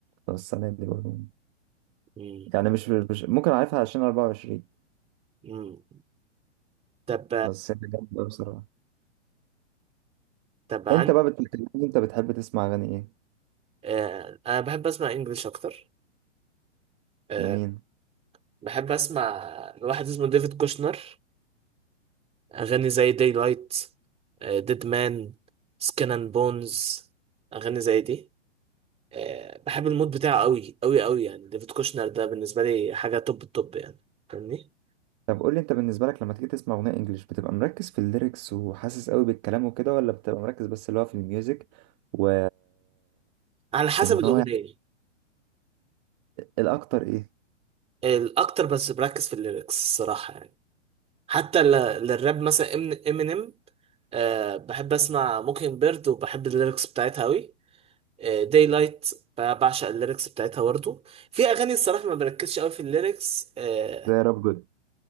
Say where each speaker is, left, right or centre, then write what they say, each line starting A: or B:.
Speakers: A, on the right; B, on the right.
A: أو السنة دي برضه
B: مم.
A: يعني مش مش ممكن اعرفها عشان 24
B: مم. طب
A: بس هي جامدة بصراحة
B: طب عن
A: انت بقى بتتكلمني انت بتحب تسمع اغاني ايه
B: آه. انا بحب اسمع انجلش اكتر آه.
A: لمين
B: بحب اسمع لواحد اسمه ديفيد كوشنر اغاني زي داي لايت ديد مان سكن اند بونز اغاني زي دي آه، بحب المود بتاعه قوي قوي قوي يعني ديفيد كوشنر ده بالنسبه لي حاجه توب التوب يعني فاهمني
A: طب قول لي انت بالنسبة لك لما تيجي تسمع اغنية انجليش بتبقى مركز في الليركس وحاسس قوي بالكلام وكده ولا بتبقى مركز بس اللي هو في الميوزك و
B: على حسب
A: وان
B: الاغنيه
A: هو يعني الاكتر ايه
B: الاكتر بس بركز في الليركس الصراحه يعني حتى ل- للراب مثلا امينيم أه بحب اسمع موكينج بيرد وبحب الليركس بتاعتها قوي داي لايت بعشق الليركس بتاعتها برضه في اغاني الصراحه ما بركزش قوي في الليركس أه
A: زي راب جود